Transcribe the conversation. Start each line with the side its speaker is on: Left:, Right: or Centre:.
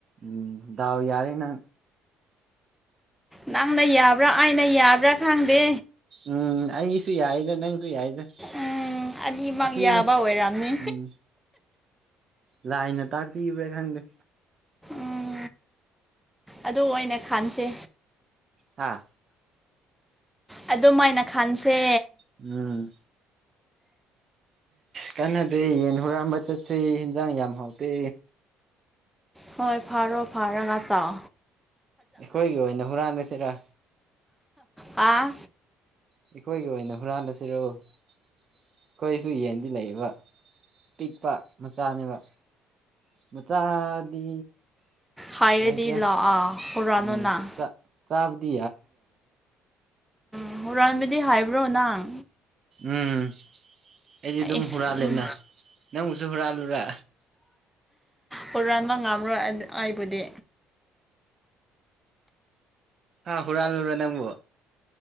Right: ꯎꯝꯗꯎ ꯌꯥꯔꯦ ꯅꯪ
Centre: ꯅꯪꯅ ꯌꯥꯕ꯭ꯔꯥ ꯑꯩꯅ ꯌꯥꯕ꯭ꯔꯥ ꯈꯪꯗꯦ
Right: ꯎꯝ ꯑꯩꯁꯨ ꯌꯥꯏꯗ ꯅꯪꯁꯨ ꯌꯥꯏꯗ
Centre: ꯎꯝ ꯑꯅꯤꯃꯛ
Right: ꯑꯁꯤꯅꯤ
Centre: ꯌꯥꯕ ꯑꯣꯏꯔꯝꯅꯤ
Right: ꯎꯝ ꯂꯥꯏꯅ ꯇꯥꯛꯄꯤꯕ꯭ꯔꯥ ꯈꯪꯗꯦ
Centre: ꯎꯝ ꯑꯗꯨ ꯑꯣꯏꯅ ꯈꯟꯁꯦ
Right: ꯍꯥꯥ
Centre: ꯑꯣ ꯃꯥꯏꯅ ꯈꯥꯟꯁꯦ
Right: ꯎꯝ ꯀꯟꯅꯗꯦ ꯌꯦꯟ ꯍꯨꯔꯝꯕ ꯆꯠꯁꯤ ꯏꯟꯖꯥꯡ ꯌꯥꯝ ꯍꯥꯎꯇꯦ
Centre: ꯍꯣꯏ ꯐꯥꯔꯣ ꯐꯔ ꯉ ꯆꯥꯎ
Right: ꯑꯩꯈꯣꯏꯒꯤ ꯑꯣꯏꯅ ꯍꯨꯔꯥꯟꯕꯁꯤꯔꯥ
Centre: ꯑ
Right: ꯑꯩꯈꯣꯏꯒꯤ ꯑꯣꯏꯅ ꯍꯨꯔꯥꯜꯂꯁꯤꯔꯛꯣ ꯑꯩꯈꯣꯏꯁꯨ ꯌꯦꯟꯗꯤ ꯂꯩꯕ ꯑꯄꯤꯛꯄ ꯃꯆꯥꯅꯦꯕ ꯃꯆꯥꯗꯤ
Centre: ꯍꯥꯏꯔꯗꯤ
Right: ꯀꯁ
Centre: ꯂꯥꯛꯑꯣ ꯍꯨꯔꯥꯟꯅꯣ
Right: ꯎꯝ
Centre: ꯅꯪ
Right: ꯆ ꯆꯥꯞꯗ
Centre: ꯎ ꯍꯨꯔꯥꯟꯕꯤꯗꯤ ꯍꯥꯏꯕ꯭ꯔꯣ ꯅꯪ
Right: ꯎꯝ ꯑꯩꯗꯤ ꯑꯗꯨꯝ
Centre: ꯏꯁ
Right: ꯍꯨꯔꯥꯜꯂꯦꯅ
Centre: ꯎꯝ
Right: ꯅꯪꯕꯨꯁꯨ ꯍꯨꯔꯥꯜꯂꯨꯔ
Centre: ꯍꯨꯔꯥꯟꯕꯥꯟꯕ ꯉꯝꯔꯣ ꯑꯩꯕꯨꯗꯤ
Right: ꯑ ꯍꯨꯔꯜꯔ ꯅꯪꯕꯣ